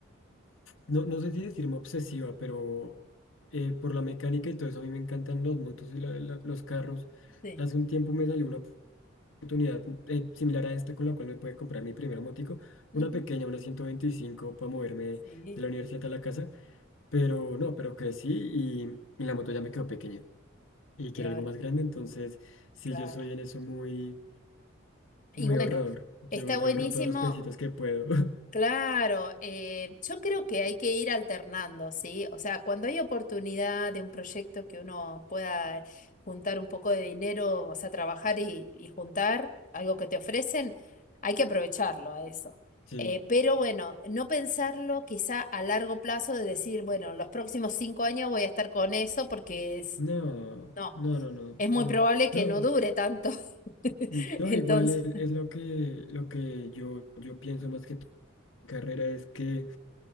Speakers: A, on the left (about 80°); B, on the left (about 40°).
A: no, no sé si decirme obsesiva, pero eh, por la mecánica y todo eso a mí me encantan los motos y la- la- los carros.
B: Sí.
A: Hace un tiempo me salió una oportunidad, eh, similar a esta con la cual me pude comprar mi primera motico,
B: Ujú.
A: una pequeña, una 125 para moverme
B: Sí,
A: de la universidad a la casa, pero no, pero que sí y, y la moto ya me quedó pequeña y quiero
B: y ahora,
A: algo más grande, entonces sí,
B: claro.
A: yo soy en eso muy,
B: Y
A: muy
B: bueno,
A: ahorrador. Yo,
B: está
A: yo
B: buenísimo
A: ahorro todos los pesitos que puedo. <laughs>
B: Claro, eh, yo creo que hay que ir alternando, ¿sí? O sea, cuando hay oportunidad de un proyecto que uno pueda juntar un poco de dinero, o sea, trabajar y, y juntar algo que te ofrecen, hay que aprovecharlo a eso.
A: Sí.
B: Eh, pero bueno, no pensarlo quizá a largo plazo de decir, bueno, los próximos cinco años voy a estar con eso porque es,
A: No,
B: no,
A: no, no, no,
B: es muy
A: no,
B: probable que
A: no,
B: no dure tanto. <laughs>
A: no,
B: Entonces,
A: igual es, es lo que, lo que yo, yo pienso más que tu carrera es que